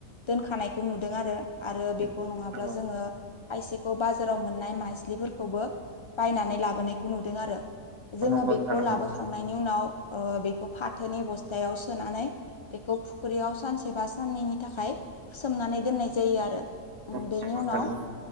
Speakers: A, on the left; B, on the right.
A: दोनखानायखौ नुदों आरो आरो बेखौ
B: नंगौ नोंथां
A: नङाब्ला
B: नंगौ
A: जोङो खायसेखौ बाजाराव मोननाय माजलिफोरखौबो बायनानै लाबोनायखौ नुदों आरो
B: नंगौ
A: जोङो बेखौ
B: नोंथां नंगौ
A: लाबोखांनायनि उनाव बेखौ फाथोनि बस्थायाव सोनानै बेखौ फुख्रियाव सानसे बा साननैनि थाखाय सोमनानै दोननाय जायो आरो
B: नंगौ
A: बेनि
B: नंगौ
A: उनाव
B: नोंथां नंगौ